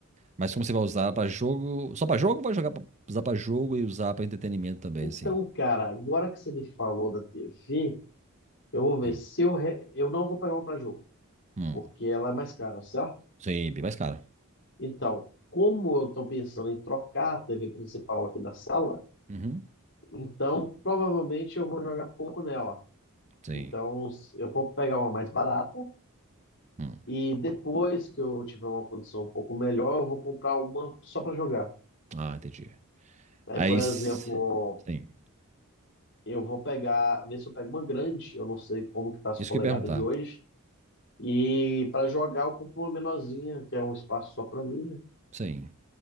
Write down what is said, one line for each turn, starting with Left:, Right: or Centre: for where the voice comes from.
Right: Mas como você vai usar pra jogo. Só pra jogo ou vai jogar pra... usar pra jogo e usar pra entretenimento também,
Left: Então,
Right: assim?
Left: cara, agora que você me falou da TV, eu vou ver
Right: Sim.
Left: se eu, re- eu não vou pegar uma para jogo.
Right: Hum.
Left: porque ela é mais cara, certo?
Right: Sim, bem mais caro.
Left: Então, como eu estou pensando em trocar a TV principal aqui da sala,
Right: Uhum,
Left: então provavelmente eu vou jogar pouco nela.
Right: sim.
Left: Então, s- eu vou pegar uma mais barata
Right: Hum.
Left: e depois que eu tiver uma condição um pouco melhor, eu vou comprar uma só para jogar.
Right: Ah, entendi.
Left: Aí,
Right: Aí,
Left: por exemplo,
Right: s- sim.
Left: eu vou pegar, ver se eu pego uma grande, eu não sei como que tá as
Right: Isso
Left: polegadas
Right: que eu ia perguntar.
Left: de hoje. E para jogar eu compro uma menorzinha, que é um espaço só para mim, né?
Right: Sim.